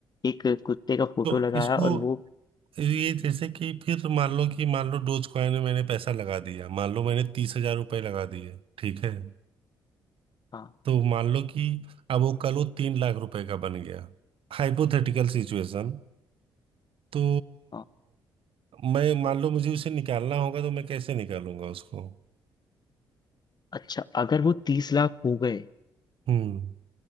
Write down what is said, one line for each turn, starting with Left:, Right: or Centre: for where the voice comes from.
Left: एक कुत्ते का फोटो
Right: तो
Left: लगाया
Right: इसको
Left: और वो
Right: ये जैसे कि फिर मान लो कि मान लो डोज कॉइन में मैंने पैसा लगा दिया मान लो मैंने तीस हजार रुपए लगा दिए ठीक है
Left: हाँ
Right: तो मान लो कि अब वो कल वो तीन लाख रुपए का बन गया हाइपोथेटिकल सिचुएशन तो
Left: हाँ
Right: मैं मान लो मुझे उसे निकालना होगा तो मैं कैसे निकालूंगा उसको
Left: अच्छा अगर वो तीस लाख हो गए
Right: हम्म